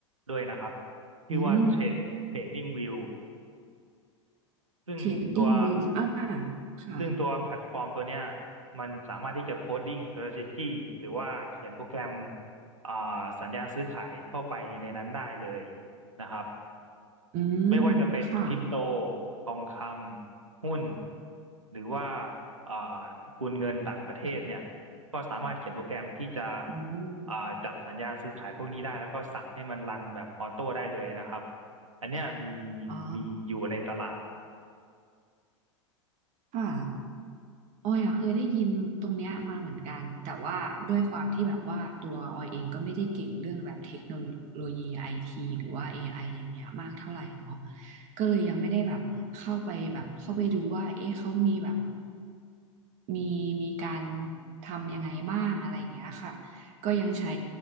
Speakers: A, on the right (about 85°); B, on the right (about 45°).
A: ด้วยนะครับชื่อว่า
B: อืม
A: Trade Trading View ซึ่งตัว
B: เทรดดิ้งวิวอ่าค่ะ
A: ซึ่งตัวแพลตฟอร์มตัวเนี้ยมันสามารถที่จะโคดดิ้ง strategy หรือว่าเขียนโปรแกรมอ่าสัญญาณซื้อขายเข้าไปในนั้นได้เลยนะครับ
B: อืม
A: ไม่ว่าจะเป็นคริปโต
B: ค่ะ
A: ทองคำหุ้นหรือว่าอ่าสกุลเงินต่างประเทศเนี่ยก็สามารถเขียนโปรแกรมที่จะ
B: อืม
A: อ่าจับสัญญาณซื้อขายพวกนี้ได้แล้วก็สั่งให้มันรันแบบออโต้ได้เลยนะครับอันเนี้ยมี
B: อ๋อ
A: มีอยู่ในตลาด
B: ค่ะ ออยอะเคยได้ยินตรงเนี้ยมาเหมือนกันแต่ว่าด้วยความที่แบบว่าตัวออยเองก็ไม่ได้เก่งเรื่องแบบเทคโนโลยีไอทีหรือว่า AI อไออย่างเงี้ยมากเท่าไหร่เนาะก็เลยยังไม่ได้แบบเข้าไปแบบเข้าไปดูว่าเอ๊ะเขามีแบบ มีมีการทำยังไงบ้างอะไรอย่างเงี้ยค่ะก็ยังใช้